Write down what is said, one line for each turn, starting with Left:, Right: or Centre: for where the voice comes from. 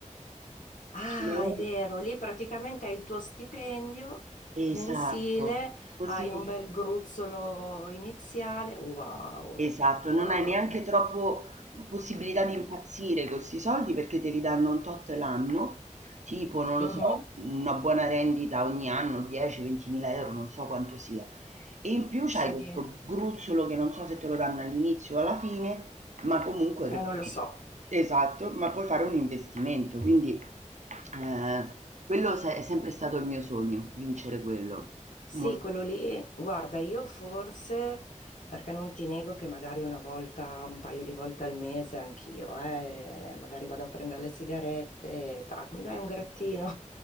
Left: Ah,
Right: Cioè,
Left: è vero, lì praticamente hai il tuo stipendio
Right: Eh,
Left: mensile,
Right: esatto, così.
Left: hai un bel gruzzolo iniziale. Wow,
Right: Esatto,
Left: wow.
Right: non hai neanche troppo possibilità di impazzire con 'sti soldi perché te li danno un tot l'anno, tipo non
Left: Mhm,
Right: lo so, una buona rendita ogni anno, 10, 20.000 €, non so quanto sia. E in più c'hai
Left: Sì,
Right: questo
Left: eh,
Right: gruzzolo che non so se te lo danno all'inizio o alla fine, ma comunque che puoi
Left: non lo so.
Right: esatto, ma puoi fare un investimento, quindi, ehm, quello se è sempre stato il mio sogno, vincere quello. Molto.
Left: Sì, quello lì, guarda, io forse, perché non ti nego che magari una volta, un paio di volte al mese anch'io, eh, magari vado a prendere le sigarette, tac, mi dai un grattino,